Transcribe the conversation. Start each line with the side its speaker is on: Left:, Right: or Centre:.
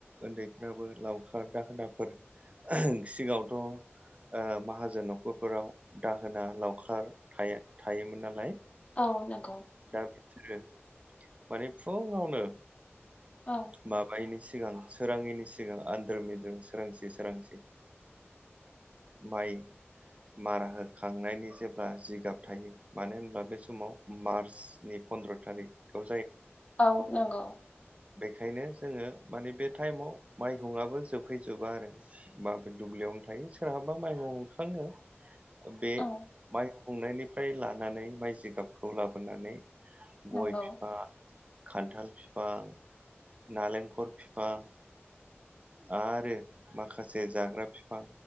Right: उन्दैफ्राबो लावखार दाहोना फोर सिगाङावथ' ओ माहाजोन न'खरफोराव दाहोना लावखार थायो थायोमोन नालाय।
Left: औ नों
Right: दा <unintelligible> माने फुङावनो
Left: औ
Right: माबायैनि सि सिगां सोराङिनि सिगां आन्द्र मिद्रु सोरांसि सोरांसि माइ मारा होखांनायनि जेब्ला जिगाब थायो मानो होनब्ला बे समाव मार्च सिनि पन्द्र' थारिख ओ
Left: औ नंगौ
Right: बेखायनो जोङो माने बे टाइमाव माइहुंआबो जोबहैजोबा आरो माइबो दुब्लियावनो थायो सोरहाबा माइहं हुंखाङो बे
Left: औ
Right: माइ हुंनायनिफ्राय लानानै माइ जिगाबखौ लाबो फानानै
Left: नंगौ
Right: गय' फिफां खान्थाल फिफां नालेंखर फिफां आरो माखासे जाग्रा फिफां